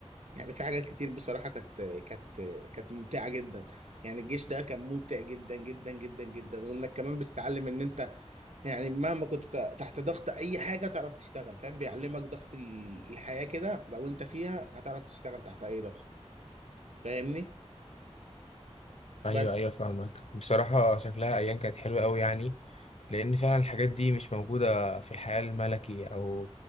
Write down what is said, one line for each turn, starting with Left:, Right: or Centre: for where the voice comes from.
Right: يعني في حاجات كتير بصراحة كانت كانت كانت ممتعة جدا يعني الجيش ده كان ممتع جدا جدا جدا جدا وانك كمان بتتعلم ان انت يعني مهما كنت ت- تحت ضغط اي حاجة تعرف تشتغل فاهم بيعلمك ضغط ال- الحياة كده لو انت فيها هتعرف تشتغل تحت اي ضغط فاهمني
Left: ايوه
Right: بس
Left: ايوه فاهمك بصراحه شكلها ايام كانت حلوه قوي يعني لان فعلا الحاجات دي مش موجوده في الحياه الملكي او